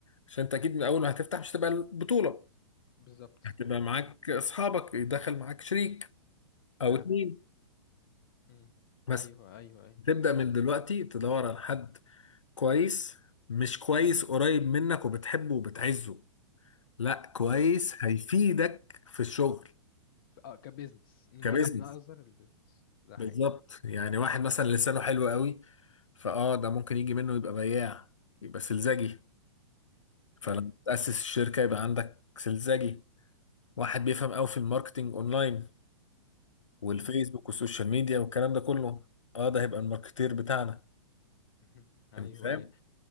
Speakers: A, on the left; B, on the left.
A: عشان انت اكيد من اول ما هتفتح مش هتبقى البطولة
B: بالظبط
A: هتبقى معاك
B: امم
A: اصحابك يدخل معاك شريك او
B: فعلا
A: اتنين
B: امم
A: بس
B: ايوه ايوه ايوه
A: تبدأ من دلوقتي تدور على حد كويس مش كويس قريب منك وبتحبه وبتعزه لا كويس هيفيدك في الشغل
B: اه كبزنس من
A: كبزنس
B: وجهه نظر البزنس ده
A: بالظبط
B: حقيقي
A: يعني واحد مثلا لسانه حلو قوي فاه ده ممكن يجي منه يبقى بياع يبقى سلزجي فلما
B: ايوه
A: تأسس الشركة يبقى عندك سلزجي واحد بيفهم قوي في الماركتينج اونلاين والفيسبوك
B: امم
A: والسوشيال ميديا والكلام ده كله اه ده هيبقى الماركتير بتاعنا
B: <laughs> ايوه
A: انت فاهم